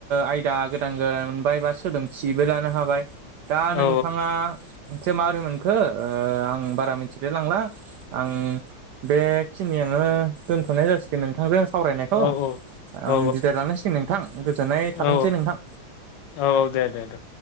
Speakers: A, on the right; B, on the left.
A: आयदा गोदान गोदान मोनबाय बा सोलोंथिबो लानो हाबाय। दा नोंथाङा
B: औ
A: मोनसे माबोरै मोनखो ओ आं बारा मिथिनाय लांला आं बेखिनियावनो दोनथ'नाय जासिगोन नोंथांजों सावरायनायखौ।
B: औ
A: आं
B: औ
A: बिदाय लानांसिगोन नोंथां गोजोननाय थाथोंसै
B: औ
A: नोंथां।
B: औ दे दे दे।